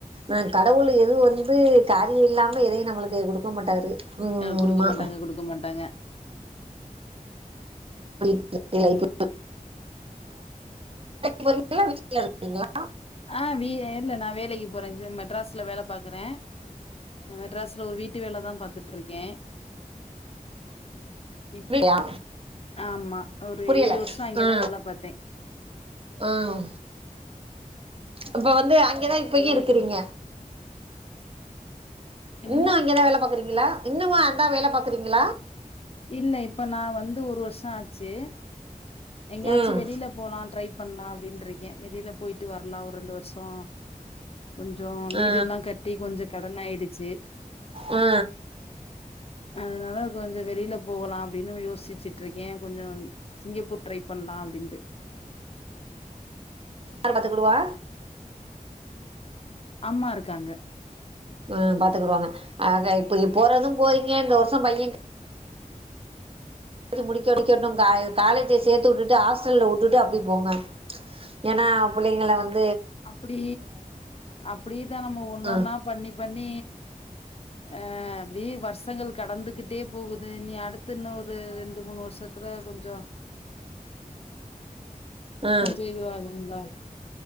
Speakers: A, on the right; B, on the left.
A: ஆ கடவுள் எது வந்து காரிய இல்லாம எதையு நம்ளுக்கு குடுக்க மாட்டாரு ம்
B: ஆ குடுக்க
A: ஆமா
B: மாட்டாங்க குடுக்க மாட்டாங்க
A: <inaudible> வேலைக்கு போறீங்கலா வீட்ல இருக்கீங்கலா
B: ஆஹ் வி இல்ல நா வேலைக்கு போறே ச மெட்ராஸ்ல வேல பாக்குறே மெட்ராஸ்ல ஒரு வீட்டு வேலதா பாத் த்துட்ருக்கே இப்
A: ஆ
B: ஆமா ஒரு
A: புரியல
B: ஏழு வர்ஷோ அங்கேதா
A: ஆ
B: வேல பாத்தே
A: ஆ இப்ப வந்து அங்கதா இப்பயு இருக்குறீங்க
B: வேல என்னங்க
A: இன்னு அங்கதா வேல பாக் க்ரீங்களா இன்னுமா அந்தா வேல பாக்குறீங்களா
B: இல்ல இப்ப நா வந்து ஒரு வருஷோ ஆச்சு எங்யாச்சும்
A: ம்
B: வெளில போலா ட்ரைப் பண்லா அப்டின்டுருக்கே வெளியில போயிட்டு வரலா ஒர் ரெண்டு வருஷோ கொஞ்சோ வீடு
A: ஆ
B: எல்லாங் கட்டி கொஞ்ச கடன்னாயிடுச்சு
A: ஆ
B: அதனால கொஞ்ச வெளில போகலா அப்டின்னு யோசிச்சுட்ருக்கே கொஞ்சொ சிங்கப்பூர் ட்ரை பண்ணலா அப்டின்ட்டு
A: யார்பாத்து குடுவா
B: அம்மா இருக்காங்க
A: ஆஹ் பாத்துக்கிடுவாங்க ஆக இப்ப இ போறதும் போரீங்க இந்த வருஷோ பையன்ங் ஜு முடிக்கடிக்டிக்க இன்னு காலே காலேஜீ சேத்து உட்டுட்டு ஆஸ்டல்ல உட்டுட்டு அப்டி போங்க ஏன்னா புள்ளைங்க வந்
B: அப்புடி அப்புடிதா நம்ம ஒண்ணொன்னா
A: ஆ
B: பண்ணி பண்ணி அஹ் அப்டி வர்ஸங்கள் கடந்துகிட்டே போகுது நீ அடுத்தின்னு ஒரு ரெண்டு மூணு வருஷத்துல கொஞ்சொ
A: ஆ
B: ஞ்சோ இதுவாகனும்ல